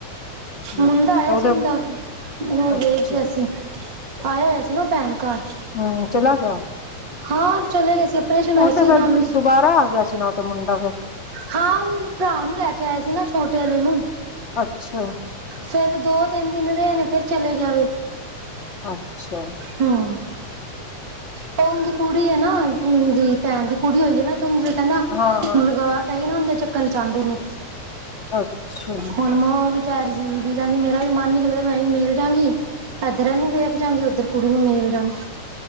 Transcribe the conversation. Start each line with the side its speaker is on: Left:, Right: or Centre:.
Left: ਹੂੰ
Right: ਮੁੰਡਾ ਆਇਆ
Left: ਤੇ ਉਹਦੇ
Right: ਸੀ ਉਂਦਾ। ਉਹ
Left: ਅੱਛਾ,
Right: ਵੇਖ ਗਿਆ ਸੀ। ਆਇਆ ਹੋਇਆ ਸੀ ਨਾ, ਉਹ ਭੈਣ ਘਰ।
Left: ਹਾਂ ਚਲਾ ਗਿਆ
Right: ਹਾਂ ਚਲੇ ਗਏ ਸੀ- ਆਪਰੇਸ਼ਨ
Left: ਓ
Right: ਹੋਇਆ
Left: ਤੇ
Right: ਸੀ
Left: ਫੇਰ
Right: ਨਾਲ ਹੀ
Left: ਦੁਬਾਰਾ ਆ ਗਿਆ ਸੀ ਨਾ ਓ ਤੇ ਮੁੰਡਾ ਫੇਰ।
Right: ਹਾਂ ਓਨੂੰ ਭਰਾ ਨੂੰ ਲੈ ਕੇ ਆਏ ਸੀ ਨਾ ਛੋਟੇ ਅਲੇ ਨੂੰ।
Left: ਅੱਛਾ
Right: ਫੇਰ ਦੋ ਤਿੰਨ ਦਿਨ ਰਏ ਨੇ ਫੇਰ ਚਲੇ ਗਿਆ ਵੇ।
Left: ਅੱਛਾ
Right: ਹੂੰ ਤੇ ਓਂਦੀ ਕੁੜੀ ਏ ਨਾ। ਓਦੀ ਭੈਣ ਦੀ ਕੁੜੀ ਓਈ ਏ ਨਾ। ਤੇ ਓਨੂੰ ਕੇਂਦਾ
Left: ਹਾਂ-ਹਾਂ,
Right: ਲਗਾ- ਤਾਈ ਨਾ ਓਂਦੇ ਚੱਕਰ ਚ ਆਂਦੀ ਨੀ
Left: ਅੱਛਾ
Right: ਹੁਣ ਮ ਓ ਵੀ ਕੈ ਰੀ ਸੀ ਦੀ ਕੇਂਦੀ ਮੇਰਾ ਵੀ ਮਨ ਨੀ ਲੱਗਦਾ। ਮੈਂ ਵੀ ਮਿਲ ਜਾਂਗੀ। ਏਧਰ ਏਨੂੰ ਵੇਖ ਜਾਂਗੀ ਓਧਰ ਕੁੜੀ ਨੂੰ ਮਿਲ ਜਾਂਗੀ।